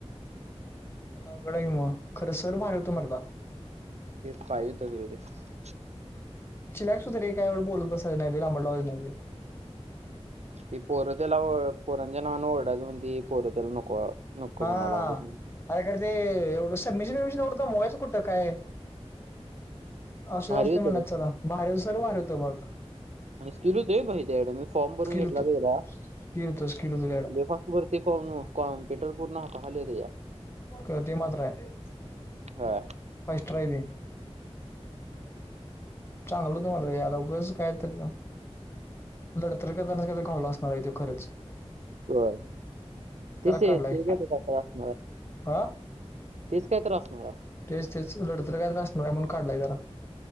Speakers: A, on the left; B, on the right.
A: आता अवघड आहे की मग खरं सर भारी होत मरदा.
B: तेच पाहिजे होत <unintelligible>
A: चिन्याक सुधरी काय बोलत बसाय नाही लई लांबड लावायचं नाही ते.
B: ती पोरं त्याला ओ पोरांच्या नावानं ओरढाच, म्हणून ती पोर तेला नको. नको
A: हा...
B: म्हणायला लागली
A: अरे खर ते एवढं, समिेशीन बमशीन एवढं तर दमवायचं कुठं काय? असुदे
B: भारी
A: असुदे
B: होतं
A: म्हणला
B: रे
A: चला भारी, सर भारी होते बग.
B: आणि स्किल बी होतं ये भाई त्याकड, मी फॉर्म भरून घेतला
A: होतं
B: तेजा
A: स्किल होतं स्किल होतं त्याला
B: लै फास्ट. वरती फॉर्म, कॉम्प्युटर पूर्ण हाताखाली त्यांच्या.
A: होय. ते मात्र हाय,
B: हा
A: फास्टर हाय ते. चांगलं होत मर्दा याला, उगच काय तर. लढतर करताना कायतर खाला, असणार आहे तो खरंच‌.
B: व्हयं. तेच तेज
A: काढलाय
B: काय तर असणार.
A: हा
B: तेच काय तर‌ आसणाराय.
A: तेच तेच लडतर काय तर, आसणार हाय म्हणून काढलाय जरा.